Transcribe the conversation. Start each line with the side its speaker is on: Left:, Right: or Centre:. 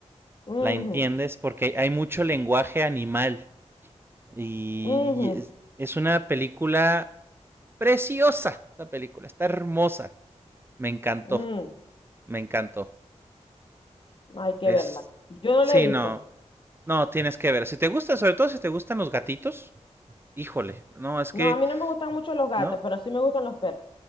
Left: ujú,
Right: la entiendes porque hay mucho lenguaje animal y,
Left: ujú,
Right: y es, una película preciosa, la película, está hermosa, me encantó,
Left: mm.
Right: me encantó.
Left: Hay que
Right: Es,
Left: verla. Yo no
Right: sí,
Left: la he visto.
Right: no, no, tienes que ver, si te gusta, sobre todo si te gustan los gatitos, híjole, no, es
Left: No,
Right: que,
Left: a mí no me gustan mucho los gatos,
Right: ¿no?
Left: pero sí me gustan los perros.